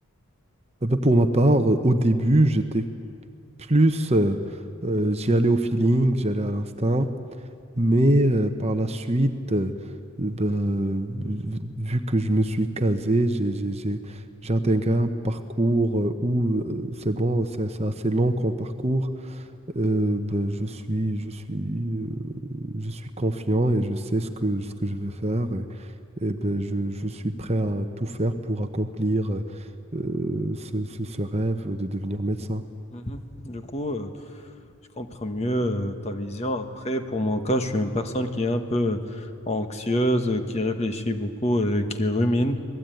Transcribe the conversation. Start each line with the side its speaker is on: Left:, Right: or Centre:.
Right: Euh, ben, pour ma part, euh, au début, j'étais plus... euh, euh, j'y allais au feeling, j'y allais à l'instinct. Mais euh, par la suite, euh, ben, vu vu que je me suis casé, j'ai, j'ai, j'ai j'ai intégré un parcours euh, où euh, c'est bon, c'est c'est assez long comme parcours. Euh, ben, je suis, je suis, euh, je suis confiant et je sais ce que, ce que je vais faire et, et ben, je, je suis prêt à tout faire pour accomplir euh, euh, ce, ce- ce rêve de devenir médecin.
Left: Mhm. Du coup, euh, je comprends mieux euh, ta vision. Après, pour mon cas, je suis une personne qui est un peu euh, anxieuse, euh, qui réfléchit beaucoup euh, et qui rumine.